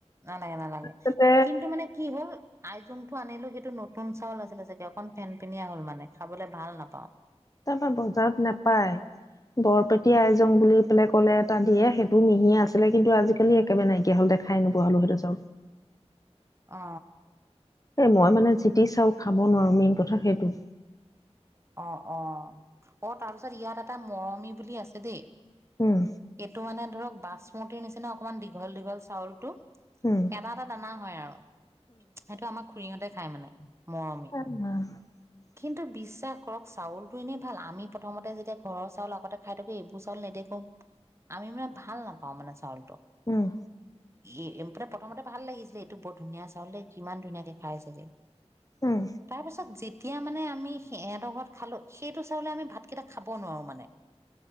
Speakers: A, on the right; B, on the left.
A: নালাগে নালাগে
B: তাতে
A: কিন্তু মানে কি হ'ল আইজোংটো আনিলো সেই এইটো নতুন চাউল আছিলে চাগে অকন ফেন পিনিয়ীয়া হ'ল মানে খাবলৈ ভাল নাপাওঁ।
B: তাৰপৰা বজাৰত নাপাই, বৰপেটি আই যং বুলি পেলাই কলে এটা দিয়ে সেইটো মিহিয়া আছিলে, কিন্তু আজিকালি একেবাৰে নাইকিয়া হ'ল দেখাই নোপোৱা হালো সেইটো চাউল।
A: অ।
B: এ মই মানে যিটি চাউল খাব নোৱাৰো মেইন কথা সেইটো।
A: অ', অ', অ' তাৰপিছত ইয়াত এটা মৰমি বুলি আছে দেই।
B: উম
A: এইটো মানে ধৰক বাচমতিৰ নিচিনা অকণমান দীঘল দীঘল চাউলটো।
B: উম
A: এটা এটা দানা হয় আৰু, সেইটো আমাৰ খুৰীহঁতে খাই মানে
B: উ।
A: মৰমি কিন্তু বিশ্বাস কৰক চাউলটো এনে ভাল আমি প্ৰথমতে যেতিয়া ঘৰৰ চাউল আগতে খাই থাকো এইবোৰ চাউল নেদেখো, আমি মানে ভাল নাপাওঁ মানে চাউলতটো।
B: উম।
A: এ-এম প্ৰথমতে ভাল লাগিছিলে এইটো বৰ ধুনীয়া চাউল দে কিমান ধুনীয়াকে খাই চাগে।
B: উম
A: তাৰপিছত যেতি এতিয়া মানে আমি সেহেত তৰ ঘৰত খালো সেইটো চাউলে আমি ভাতকেইটা খাব নোৱাৰো মানে।